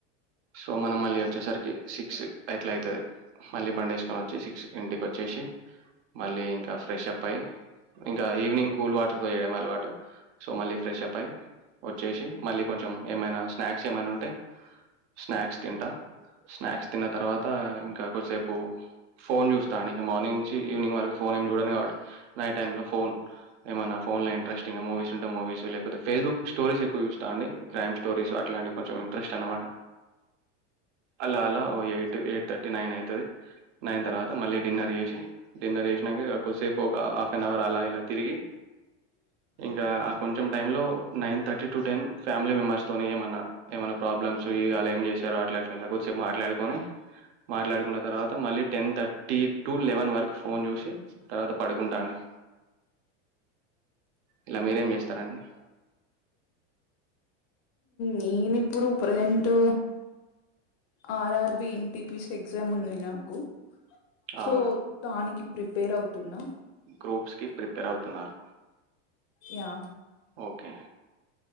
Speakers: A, on the right; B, on the left.
A: సో మనం మళ్ళీ వచ్చేసరికి సిక్స్ ఎట్లా ఐతది మళ్ళీ బండేసుకొనివచ్చి సిక్స్ ఇంటికి వచ్చేసి మళ్ళీ ఇంకా ఫ్రెషప్ ఐ ఇంకా ఈవినింగ్ కూల్ వాటర్తో చేయడం అలవాటు సో మళ్ళీ ఫ్రెషప్ ఐ వచ్చేసి మళ్ళీ కొంచెం ఏమైనా స్నాక్స్ ఏమైనా ఉంటే స్నాక్స్ తింటా స్నాక్స్ తిన్న తర్వాత ఇంకా కొద్దిసేపు ఫోన్ చూస్తా ఇంకా మార్నింగ్ నుంచి ఈవినింగ్ వరకు ఫోన్ ఏం చూడను కాబట్టి నైట్ టైంలో ఫోన్ ఎమో నా ఫోన్ లో ఇంట్రెస్టింగ్‌గా మూవి కాంటే మూవీస్ లేపోతేే ఫేస్‌బుక్ స్టోరీస్ ఎక్కువ చూస్తా అండి కైమ్ స్టోరీస్ అట్లాంటివి కొంచం ఇంట్రెస్ట్ అనమాట అలా అలా ఓ ఎయిట్ ఎయిట్ థర్టీ నైన్ అయితది. నైన్ తర్వాత మళ్ళీ డిన్నర్ చేసి డిన్నర్ చేసి కొద్దిసేపు ఒక హాఫ్ అన్ అవర్ అలా ఇలా తిరిగి ఇంకా ఆ కొంచెం టైమ్‌లో nine thirty to ten family members తోని ఏమన్నా ఏమన్నా ప్రాబ్లమ్ సో ఈ ఆలయం ఎమ్ చేశారో అట్లా అట్లా చెప్ మాట్లాడుకోని మాట్లాడుకున్న తర్వాత మళ్ళీ టెన్థర్టీ టు లెవెన్ వరకు ఫోన్ చూసి తర్వాత పడుకుంటా అండి ఇలా మీరేం చేస్తారండి
B: నేను ఇప్పుడు ప్రెజెంటు ఆర్ఆర్బి ఎన్‌టిపిసి ఎగ్జామ్ ఉంది నాకు సో
A: అవునా
B: దానికి ప్రిపేర్ అవుతున్నం
A: గ్రూప్స్ కి ప్రిపెర్ అవుతున్నారు
B: యా
A: ఓకే